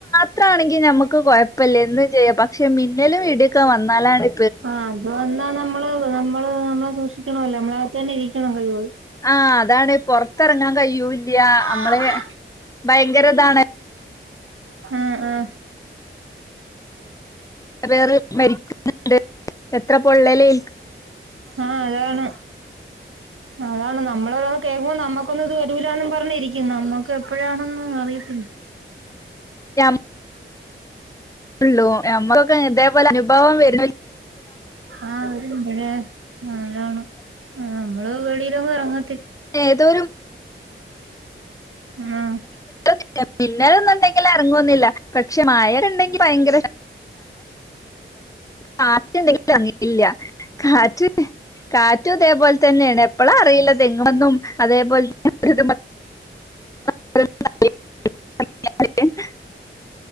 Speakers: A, on the left (about 15°); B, on the right (about 80°).
A: മാത്ര ആണെങ്കിൽ നമ്മക്ക് കൊഴപ്പില്ല എന്തും ചെയ്യാം പക്ഷെ മിന്നലും ഇടിയൊക്കെ വന്നാലാണ്ട്
B: ആ അത് വന്നാ നമ്മള് നമ്മള് നമ്മളെ സൂക്ഷിക്കണല്ലോ നമ്മളകത്ത് തന്നെ ഇരി- കയ്പോയ് <unintelligible>
A: ആ അതാണ് പൊറത്തെറങ്ങാൻ കയൂല്ല നമ്മള്
B: ആഹ്
A: ഭയങ്കരതാണ്
B: മ് മ് <inaudible>
A: എത്ര പേര് മരിക്കുന്നുണ്ട് എത്ര പൊള്ളലേ-
B: ആ അതാണ് അതാണ് നമ്മള് ഓരോന്ന് കേൾക്കുമ്പോ നമ്മക്കൊന്നും ഇത് വരൂലുന്ന് പറഞ്ഞിരി- ന്ന് നമ്മക്കെപ്പഴാണെന്ന് ഒന്നും അറിയത്തില്ല
A: രാവി - ഉള്ളുവോ ഞമ്മകൊക്കെ ഇതേപോലെ അനുഭവം വര -
B: ആഹ ഇവിട്ണ്ട് മഴകാണു- ആഹ് അമ്മള് വെളിയിലൊങ്ങും എറങ്ങ
A: ഏതോരു
B: ആഹ്
A: <unintelligible> മിന്നലൊന്നും ഒണ്ടെങ്കില് എറങ്ങൊന്നു ഇല്ല പക്ഷെ മഴയെണ്ടെങ്കി ഭയങ്കര <unintelligible> കാറ്റെണ്ടങ്കില് <unintelligible> കാറ്റ് കാറ്റും ഇതേപോലെതന്നെയാണ് എപ്പളാ അറിയില്ല തെങ്ങന്നും അതേപോലെ <unintelligible> <unintelligible>